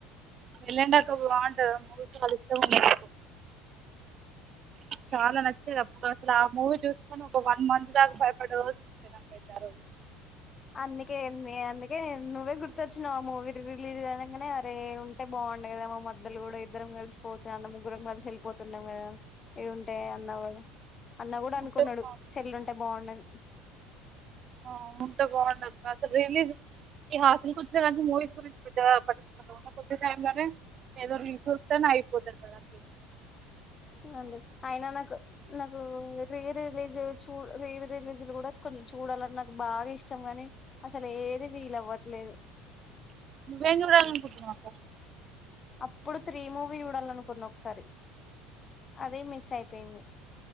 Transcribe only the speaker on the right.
వెళ్ళండక్క బావుంటది ఆ మూవీ చాలా ఇష్టం ఉండే నాకు చాలా నచ్చేది అప్పుడు అసలు ఆ మూవీ జూసుకొని ఒ వన్ మంత్ దాకా భయపడే రోజులు ఉండే నాకైతే ఆ రోజు
ఉంటే బాగుండు
ఆ ఎంత బావుంటది అసలు రీ రిలీజ్ ఈ హాస్టల్ కొచిన్నకాంచి మూవీస్ గురించి పెద్దగా పటిచ్ కొద్ది టైంలోనే ఏదో రీల్స్ జూస్తేనే అయిపోతది గదా అ
నువేం జూడాలనుకుంటానవ్ అక్క